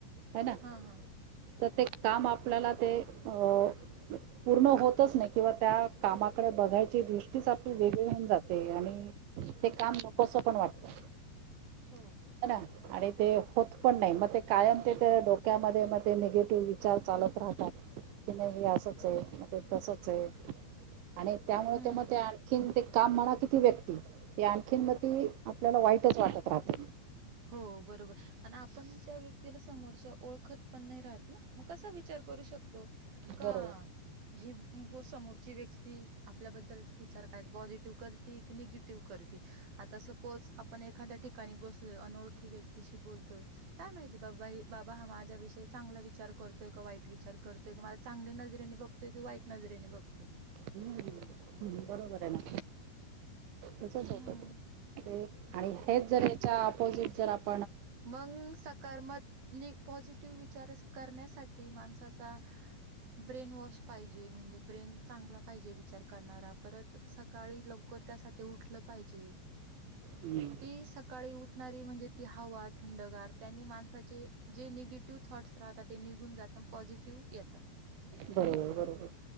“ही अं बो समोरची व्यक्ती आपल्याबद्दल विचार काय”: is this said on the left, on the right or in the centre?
Right